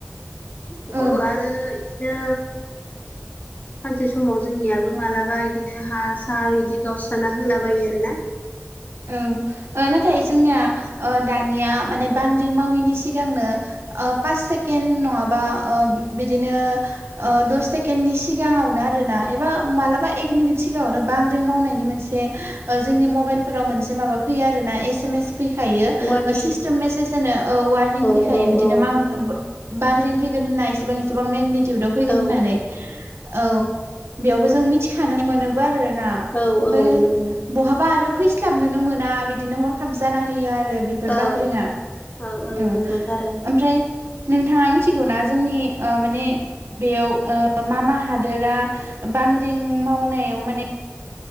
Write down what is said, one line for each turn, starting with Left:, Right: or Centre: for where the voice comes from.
Left: <unintelligible>
Right: औ
Left: आरो इदिनो सानसे समाव जोंनियाबो मालाबा इदिनो हा सा बिदि गावस्राना होलाबायो आरोना
Right: औ ओ नाथाय जोंनिया ओ दानिया माने बांग्रिं माविनि सिगांनो ओ पास सेकेन्द नंङाबा ओ बिदिनो ओ दस सेकेन्द'नि सिगांङावनो आरो ना ऐबा बा मालाबा एक मिनिट सिगांङावनो बांग्रिं मावनायनि मोनसे ओ जोंनि मबाइलफोराव मोनसे माबा फैयो आरोना एसे मेस फैखायो
Left: वारनिं
Right: ओ सिस्टिम मेसेज होनो ओ वारनिं
Left: औ
Right: फैखायो बिदिनो
Left: औ
Right: मा ङो फो बांग्रिं फैगोन होनना इसेबां इसेबां मेगनेटिउदाव फैगोन
Left: औ
Right: होननानै औ। बेयावबो जों मिथिखानो मोनोबो आरोना
Left: औ
Right: ओमफाय
Left: औ नंगौ
Right: माबा आरो फैस्लाबनोनो मोना बिदिनो हरखाब जाना होयो आरो। ओ बेफोर
Left: ओं
Right: बांग्रिङा
Left: ओं ओं
Right: औ
Left: नंगौथ' आरो
Right: ओमफ्राय नोंथांङा मिथिगौना जोंनि ओ माने बेयाव ओ मा मा हादोरा बांग्रिं मावनायाव माने